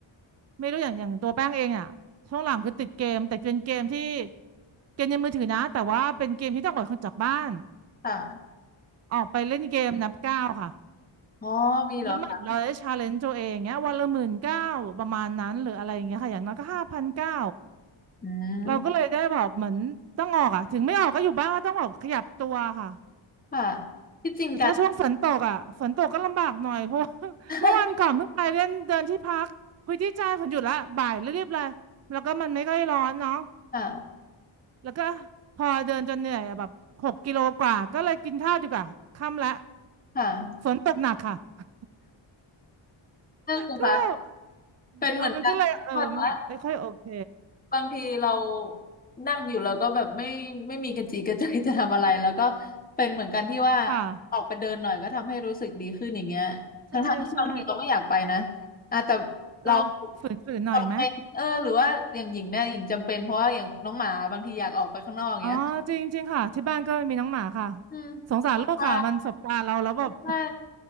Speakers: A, on the right; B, on the left.
A: ไม่รู้อย่างอย่างตัวแป้งเองอ่ะช่วงหลังคือติดเกมแต่เป็นเกมที่เกมในมือถือนะแต่ว่าเป็นเกมที่ต้องออกจากบ้าน
B: ค่ะ
A: ออกไปเล่นเกมนับก้าวค่ะ
B: อ๋อมีเหรอคะ
A: แล้วเหมือนเราได้ชาเลนจ์ตัวเองเงี้ยวันละหมื่นเก้าประมาณนั้นหรืออะไรอย่างเงี้ยค่ะอย่างน้อยก็ห้าพันเก้า
B: อืม
A: เราก็เลยได้แบบเหมือนต้องออกอ่ะถึงไม่ออกก็อยู่บ้านก็ต้องแบบขยับตัวค่ะ
B: ค่ะที่จริงการ
A: แต่ถ้าช่วงฝนตกอ่ะฝนตกก็ลำบากหน่อยเพราะว่า <laughs>
B: <laughs>
A: เมื่อวันก่อนเพิ่งไปเล่นเดินที่พักคุยที่ใจฝนหยุดละบ่ายรีบๆเลยแล้วก็มันไม่ค่อยร้อนเนาะ
B: ค่ะ
A: แล้วก็พอเดินจนเหนื่อยอะแบบหกกิโลกว่าก็เลยกินข้าวดีกว่าค่ำละ
B: ค่ะ
A: ฝนตกหนักค่ะ
B: นั่นสิคะ
A: ก็แบบ
B: เป็นเหมือนกันแบบว่า
A: เออมันก็เลยเออไม่ค่อยโอเค
B: บางทีเรานั่งอยู่แล้วก็แบบไม่ไม่มีกระจีกระใจจะทำอะไรแล้วก็เป็นเหมือนกันที่ว่า
A: ค่ะ
B: ออกไปเดินหน่อยก็ทำให้รู้สึกดีขึ้นอย่างเงี้ยทั้งๆที่บางทีเราไม่อยากไปนะ
A: ใช่ใช่
B: อ่ะแต่เรา
A: ก็ฝืนฝืนหน่อยไหม
B: ทำไมเออหรือว่าอย่างหญิงเนี่ยหญิงจำเป็นเพราะว่าอย่างน้องหมาบางทีอยากออกไปข้างนอกอย่างเงี้ย
A: อ๋อจริงจริงค่ะที่บ้านก็มีน้องหมาค่ะ
B: อืม
A: สงสารลูกค่ะมันสบตาเราแล้วแบบ
B: ใช่ใช่